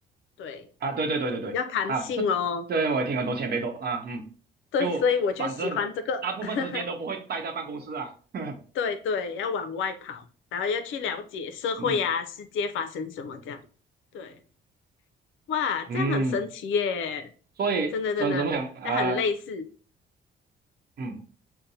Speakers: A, on the left; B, on the right.
A: 对，
B: 啊对对对对对啊，
A: 就比较弹性哦。
B: 这这我也听很多前辈都啊嗯。
A: 对，
B: 就反正大部分时间都不会待在办公室啊。
A: 所以我就喜欢这个，<laughs>
B: <laughs>
A: 对对，要往外跑，然后要去了解社会啊、
B: 嗯
A: 世界发生什么这样，对。哇，这样很神奇耶！
B: 嗯，所以怎怎么讲？
A: 真的真的，
B: 呃，
A: 那很类似。
B: 嗯，